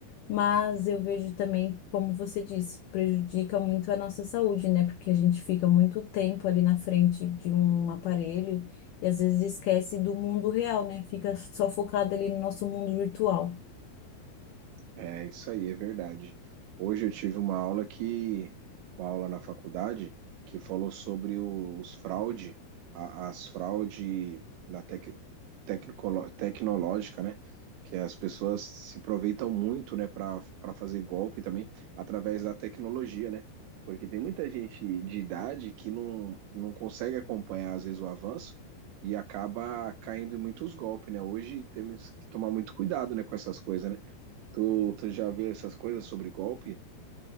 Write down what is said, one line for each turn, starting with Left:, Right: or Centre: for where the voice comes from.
Left: mas eu vejo também, como você disse, prejudica muito a nossa saúde, né? Porque a gente fica muito tempo ali na frente de um aparelho e às vezes esquece do mundo real, né? Fica só focado ali no nosso mundo virtual.
Right: É isso aí, é verdade. Hoje eu tive uma aula que, uma aula na faculdade, que falou sobre o- os fraude, a- as fraude na tec, tecnicolo- tecnológica, né? Que as pessoas se aproveitam muito, né, para para fazer golpe também através da tecnologia, né? Porque tem muita gente de idade que não, não consegue acompanhar, às vezes, o avanço e acaba caindo em muitos golpes, né? Hoje temos que tomar muito cuidado, né, com essas coisas, né? Tu, tu já viu essas coisas sobre golpe?